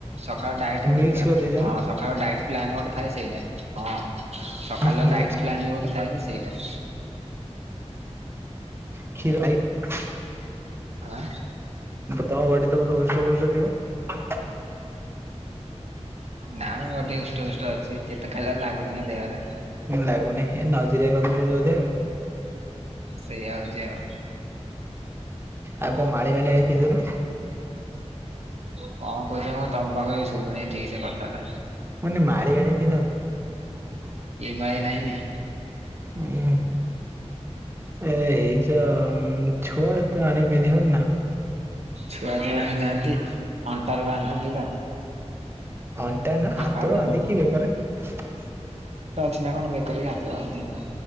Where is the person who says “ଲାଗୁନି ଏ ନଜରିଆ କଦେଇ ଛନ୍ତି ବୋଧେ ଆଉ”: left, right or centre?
Right